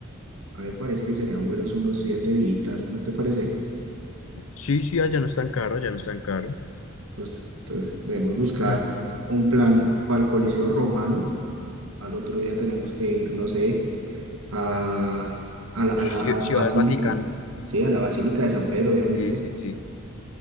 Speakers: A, on the right; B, on the left.
A: A mí me parece que serían buenos unos siete días, ¿no te parece?
B: Sí, sí, allá no es tan caro, allá no es tan caro.
A: Pues entonces debemos buscar
B: Mm,
A: un plan para el Coliseo Romano. Al otro día tenemos que ir, no sé, a, a la, a
B: Ci-
A: la- a
B: Ciudad
A: la Basílica.
B: del Vaticano.
A: Sí, a la Basílica de San Pedro, obviamente.
B: Sí, sí, sí.